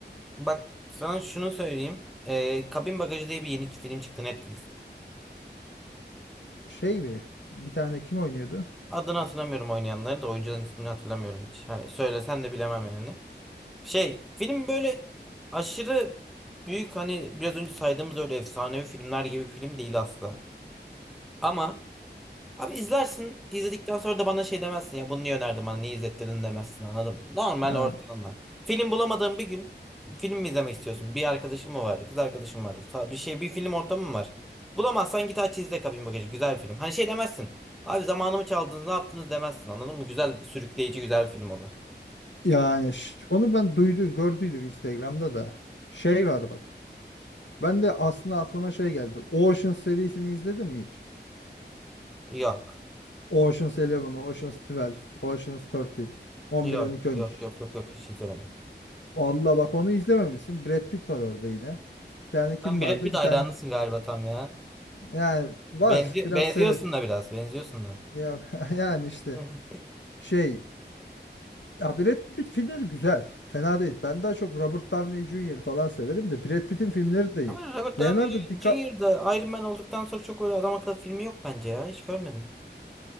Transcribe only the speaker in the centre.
Bak sana şunu söyleyeyim. Ee, Kabin Bagajı diye bir yeni film çıktı Netflix'te.
Adını hatırlamıyorum oynayanları da oyuncuların ismini hatırlamıyorum hiç. Hani söylesen de bilemem yani. Şey, film böyle aşırı büyük hani biraz önce saydığımız öyle efsanevi filmler gibi bir film değil asla. Ama abi izlersin, izledikten sonra da bana şey demezsin ya bunu niye önerdin bana, niye izlettirdin demezsin anladın mı? Normal
ortalama. Film bulamadığın bir gün film mi izlemek istiyorsun? Bir arkadaşın mı var, kız arkadaşın var, sa- bir şey bir film ortamı mı var? Bulamazsan git aç izle Kabin Bagajı güzel bir film. Hani şey demezsin. Abi zamanımı çaldınız ne yaptınız demezsin anladın mı? Güzel sürükleyici güzel bir film o da.
Yok.
Yok
yok
yok yok yok hiç izlemedim.
Sen Brad
Pitt
hayranısın
galiba tam ya.
Benzi
benziyorsun
da biraz. Benziyorsun da.
Hı hı.
Ama Robert Downey
Jr. da Iron Man olduktan sonra çok öyle adam akıllı filmi yok bence ya. Hiç görmedim.